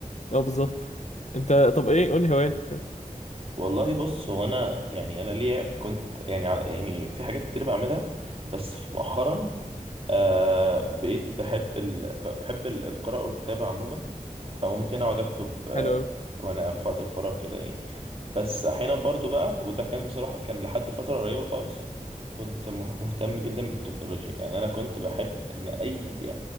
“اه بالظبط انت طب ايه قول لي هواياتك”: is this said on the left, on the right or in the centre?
Left